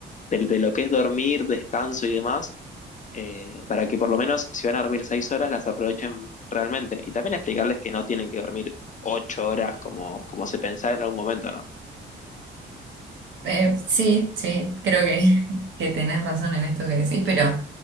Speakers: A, on the left (about 40°); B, on the right (about 65°).
A: del- de lo que es dormir, descanso y demás, eh, para que por lo menos si van a dormir seis horas las aprovechen realmente. Y también explicarles que no tienen que dormir ocho horas como, como se pensaba en algún momento, ¿no?
B: Eh, sí, sí, creo que, <laughs> que tenés razón en esto que decís, pero